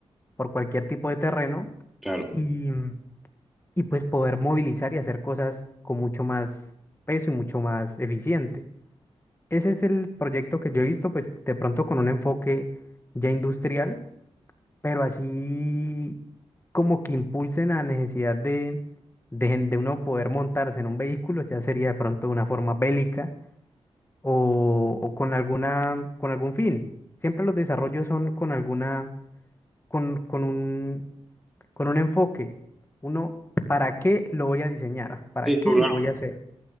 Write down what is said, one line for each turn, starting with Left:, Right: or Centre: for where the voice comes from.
Left: por cualquier tipo de terreno
Centre: claro.
Left: y, y pues poder movilizar y hacer cosas con mucho más peso y mucho más eficiente. Ese es el proyecto que yo he visto, pues de pronto con un enfoque ya industrial, pero así como que impulsen la necesidad de, de, gen- de uno poder montarse en un vehículo, ya sería de pronto de una forma bélica o, o con alguna, con algún fin. Siempre los desarrollos son con alguna, con, con un, con un enfoque. Uno, ¿para qué lo voy a diseñar? ¿Para
Centre: Sí,
Left: qué
Centre: no, claro.
Left: lo voy a hacer?